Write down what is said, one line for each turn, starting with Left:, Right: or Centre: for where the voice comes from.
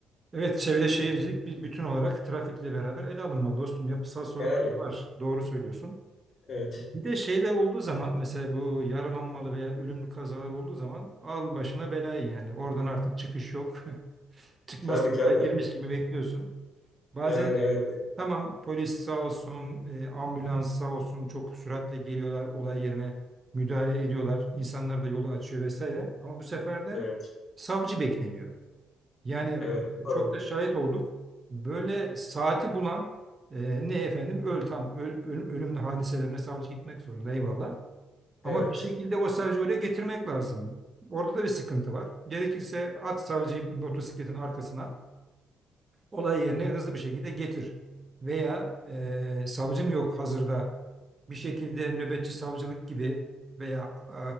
Right: Evet çevre şehircilik
Left: E,
Right: bir bütün olarak trafikle beraber ele alınmalı dostum. Yapısal sorunlar
Left: Yani
Right: da var. Doğru söylüyorsun.
Left: evet.
Right: Bir de şeyler olduğu zaman mesela bu yaralanmalı veya ölümlü kazalar olduğu zaman al başına belayı yani. Oradan artık çıkış yok. <laughs> Çıkmaz
Left: Tabii
Right: sokağa
Left: tabii.
Right: girmiş gibi bekliyorsun. Bazen
Left: Yani
Right: de
Left: evet,
Right: tamam polis sağ olsun, e, ambulans sağ olsun çok süratle geliyorlar olay yerine müdahale ediyorlar. İnsanlar da yolu açıyor vesaire. Ama bu sefer de
Left: evet,
Right: savcı bekleniyor. Yani
Left: evet, doğru.
Right: çok da şahit olduk. Böyle saati bulan e, ne efendim öl tam öl- öl- ölümlü hadiselerine savcı gitmek zorunda eyvallah. Ama
Left: Evet,
Right: bir şekilde o savcıyı oraya getirmek lazım. Orada da bir sıkıntı var. Gerekirse at savcıyı motosikletin arkasına olay yerine hızlı bir şekilde getir. Veya e, savcım yok hazırda bir şekilde nöbetçi savcılık gibi veya e,